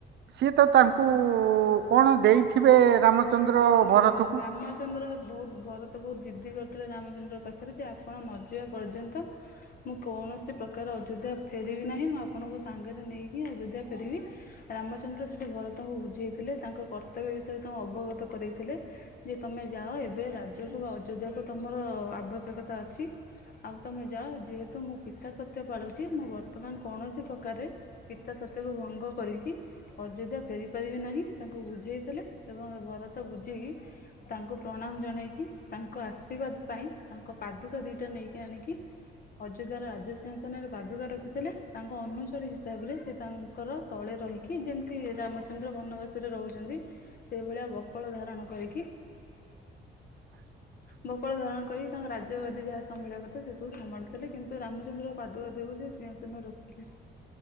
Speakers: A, on the right; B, on the left.
A: ସିଏ ତ ତାଙ୍କୁ କଣ ଦେଇଥିବେ ରାମଚନ୍ଦ୍ର
B: ନାଇଁ
A: ଭରତକୁ?
B: ରାମଚନ୍ଦ୍ର ବହୁତ୍ ଭରତ କୁ ଜିଦ୍ଦି କରିଥିଲେ ରାମଚନ୍ଦ୍ର ପାଖେରେ ଯେ ଆପଣ ନ ଯିବା ପର୍ଯ୍ୟନ୍ତ ମୁଁ କୌଣସି ପ୍ରକାର ଅଯୋଧ୍ୟା ଫେରିବି ନାହିଁ, ମୁଁ ଆପଣଙ୍କୁ ସାଙ୍ଗେରେ ନେଇକି ଅଯୋଧ୍ୟା ଫେରିବି। ରାମଚନ୍ଦ୍ର ସେଠି ଭରତଙ୍କୁ ବୁଝେଇଥିଲେ, ତାଙ୍କ କର୍ତ୍ତବ୍ୟ ବିଷୟରେ ତାଙ୍କୁ ଅବଗତ କରେଇଥିଲେ। ଯେ ତମେ ଯାଅ ଏବେ ରାଜ୍ୟକୁ ବା ଅଯୋଧ୍ୟାକୁୁ ତମର ଆବଶ୍ୟକତା ଅଛି। ଆଉ ତମେ ଯାଅ ଯେହେତୁ ମୁଁ ପିତା ସତ୍ୟ ପାଳୁଚି, ମୁଁ ବର୍ତ୍ତମାନ୍ କୌଣସି ପ୍ରକାରେ ପିତା ସତ୍ୟକୁ ଭଙ୍ଗ କରିକି ଅଯୋଧ୍ୟା ଫେରି ପାରିବି ନାହିଁ, ତାଙ୍କୁ ବୁଝେଇଥିଲେ ଏବଂ ତ ବୁଝେଇିକି ତାଙ୍କୁ ପ୍ରଣାମ ଜଣେଇକି ତାଙ୍କ ଆଶୀର୍ବାଦ ପାଇଁ ତାଙ୍କ ପାଦୁକା ଦିଟା ନେଇକି ଆଣିକି ଅଯୋଧ୍ୟାର ରାଜ ସିଂହାସନାରେ ପାଦୁକା ରଖିଥିଲେ, ତାଙ୍କ ଅନୁଚର ହିସାବରେ ସେ ତା ଙ୍କର ତଳେ ରହିକି ଯେମ୍ତି ରାମଚନ୍ଦ୍ର ବନବାସରେ ରହୁଚନ୍ତି, ସେଇଭଳିଆ ବ ଧାରଣ କରିକି
A: ଁ
B: ବକଳ ଧାରଣ କରିକି ତାଙ୍କ ରାଜ୍ୟ ଗଦୀ ଯାହା ସମ୍ଭାଳିବା କଥା ସେ ସବୁ ସମ୍ଭାଳୁଥିଲେ, କିନ୍ତୁ ରାମଚନ୍ଦ୍ର <unintelligible> ସେ ସିଂହା ସନରେ ରଖିଥିଲେ।